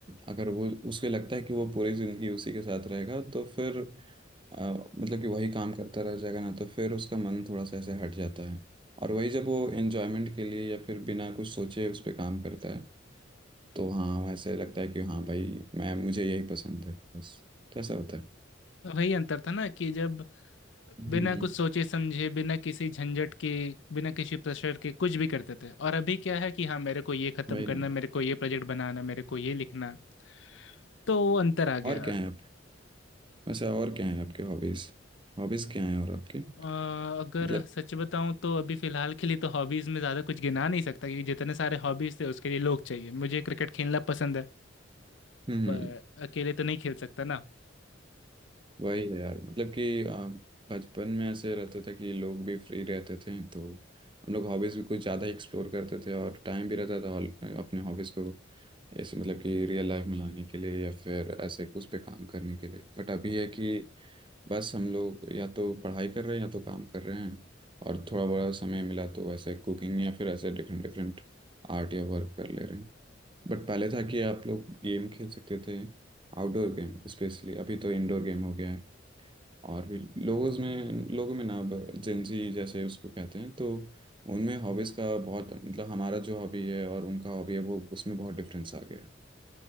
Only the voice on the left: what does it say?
वही अंतर था ना कि जब
बिना कुछ सोचे समझे बिना किसी झंझट के बिना किसी प्रेशर के कुछ भी करते थे और अभी क्या है कि हाँ मेरे को ये खत्म
करना
मेरे को ये प्रोजेक्ट बनाना मेरे को ये लिखना तो वो अंतर आ गया
अ, अगर
सच बताऊं तो अभी फिलहाल के लिए तो हॉबीज में ज़्यादा कुछ गिना नहीं सकता क्योंकि जितने सारे हॉबीज थे उसके लिए लोग चाहिए मुझे क्रिकेट खेलना पसंद है
पर अकेले तो नहीं खेल सकता ना